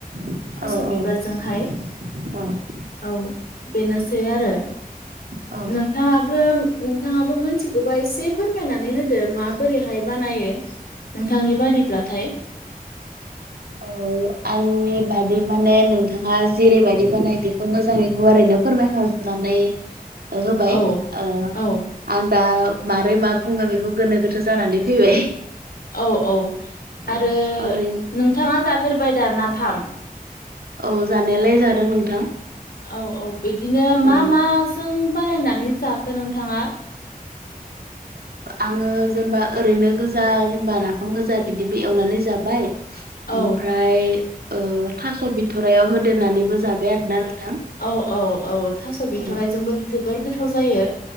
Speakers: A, on the right (about 85°); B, on the left (about 80°).
A: औ
B: थास' बिबारजोंहाय
A: औ औ
B: औ बेनोसै आरो नों
A: औ औ
B: नोंथाङाबो नोंथाङाबो मोनथिगौबा एसे फोरमायनानै होदो माबोरैहाय बानायो नोंथांनि बादिब्लाथाय
A: औ आंनि बादि माने नोंथाङा जेरैबायाददि बानाय बेखौ मोजाङै गुवारैनो फोरमायखाजोबनानै होबाय
B: औ
A: आ
B: औ
A: आं दा मारै मा बुंगोन बेखौ गोनो गोथो जानानै फैबाय
B: औ औ
A: औ
B: आरो
A: ओरैनो
B: नोंथाङा जाफेरबाय दा नाफाम
A: औ जानायालाय जादों नोंथां
B: औ औ बिदिनो मा
A: औ
B: माजों बानायनानै जाखो नोंथाङा
A: आङो
B: उम
A: जेनबा ओरैनो गोजा जेनबा नाफाम गोजा बिदिबो एवनानै जाबाय ओमफ्राय
B: औ
A: ओ थास' बिथ'रायाव होदेरनानैबो जाबाय आरोना नोंथां
B: औ औ औ थास' बिथ'रायजोंबो
A: औ
B: बि जोबोर गोथाव जायो